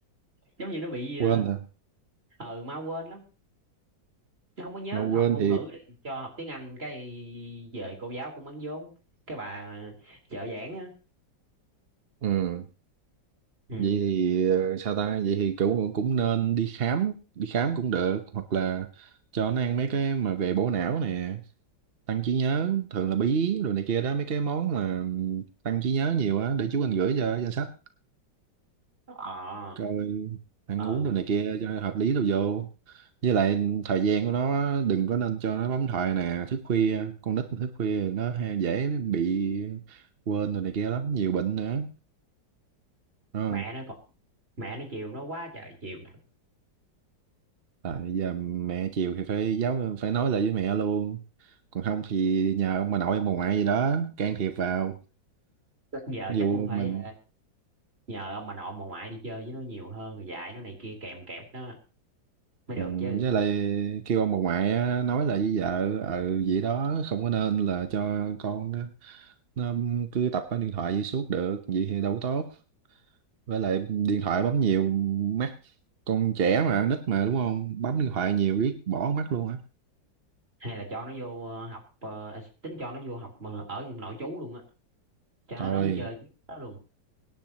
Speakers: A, on the right; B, on the right.
A: giống như nó bị
B: quên à
A: ờ ừ, mau quên lắm nó không có nhớ
B: mà
A: học
B: quên
A: ngôn
B: thì
A: ngữ đi cho học tiếng Anh cái về cô giáo cũng bán vốn cái bà trợ giảng á
B: ừ
A: ừ
B: vậy thì ờ, sao ta vậy thì cũng cũng nên đi khám đi khám cũng được hoặc là cho nó ăn mấy cái mà về bổ não nè tăng trí nhớ thường là bí rồi này kia đó mấy cái món mà ừm, tăng trí nhớ nhiều á để chú anh gửi cho danh sách
A: ờ
B: coi ăn
A: ừ
B: uống đồ này kia cho hợp lý đâu vô với lại thời gian của nó đừng có nên cho nó bấm thoại nè thức khuya con nít mà thức khuya nó hay dễ bị quên rồi này kia lắm nhiều bệnh nữa đúng không
A: mẹ nó còn mẹ nó chiều nó quá trời chiều
B: tại giờ mẹ chiều thì phải giáo phải nói lại với mẹ luôn còn không thì nhờ ông bà nội ông bà ngoại gì đó can thiệp vào
A: chắc giờ
B: dù
A: chắc cũng phải
B: mình
A: nhờ ông bà nội bà ngoại đi chơi với nó nhiều hơn rồi dạy nó này kia kèm kẹp nó mới
B: Ừ,
A: được chứ
B: với lại kêu ông bà ngoại á, nói là với vợ ừ vậy đó không có nên là cho con nó, nó cứ tập cái điện thoại vậy suốt được vậy thì đâu có tốt với lại điện thoại bấm nhiều mắt con trẻ mà nít mà đúng không bấm điện thoại nhiều riết bỏ mắt luôn á
A: hay là cho nó vô ờ, học ờ, à, tính cho nó vô học ờ, ở trong nội trú luôn á cho
B: thôi
A: nó đó nó chơi với nó luôn